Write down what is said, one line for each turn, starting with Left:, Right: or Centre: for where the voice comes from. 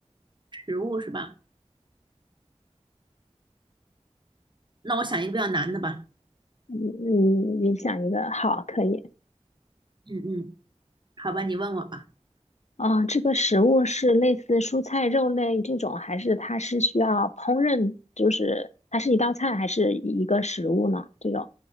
Right: 食物是吧？那我想一个比较难的吧，
Left: 嗯，你你想一个，好，可以，
Right: 嗯嗯，好吧，你问我吧。
Left: 啊、这个食物是类似蔬菜、肉类这种，还是它是需要烹饪，就是它是一道菜还是一个食物呢？这种，